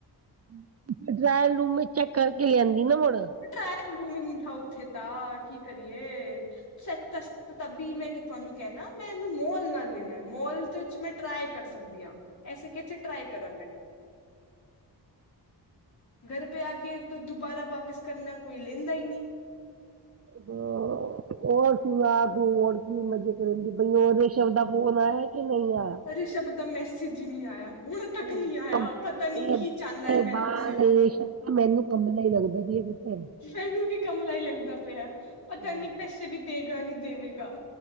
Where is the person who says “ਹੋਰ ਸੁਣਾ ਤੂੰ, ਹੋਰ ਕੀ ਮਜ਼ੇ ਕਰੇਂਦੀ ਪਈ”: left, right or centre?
Right